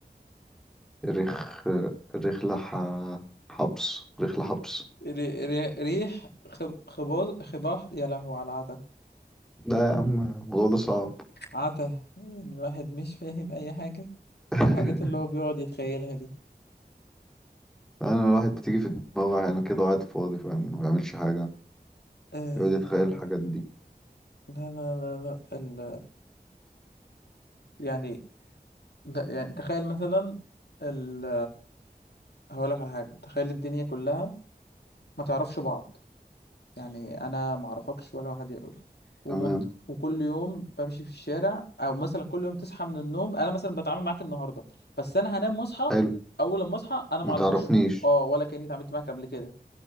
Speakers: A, in the centre; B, on the left.
A: رخ رخلة ح... حبس رخلة حبس
B: ري... ري... ريح خب... خباز خباح يا لهو على العتا
A: لا يا عم الموضوع ده صعب
B: عتا الواحد مش فاهم اي حاجه
A: <laughs>
B: في الحاجات اللي هو بيقعد يتخيلها دي
A: انا الواحد بتيجي في دماغه يعني كده وقاعد فاضي فاهم ما بيعملش حاجة
B: آه
A: يقعد يتخيل الحاجات دي
B: لا لا لا لا ال... يعني ده يعني تخيل مثلا ال... هقول لك على حاجة تخيل الدنيا كلها ما تعرفش بعض يعني انا ما اعرفكش ولا واحد يقول ومت...
A: تمام
B: وكل يوم بمشي في الشارع او مثلا كل يوم تصحى من النوم انا مثلا بتعامل معاك النهارده بس انا هنام واصحى
A: حلو
B: اول لما اصحى انا
A: ما
B: ما اعرفكش
A: تعرفنيش
B: اه ولا كاني اتعاملت معاك قبل كده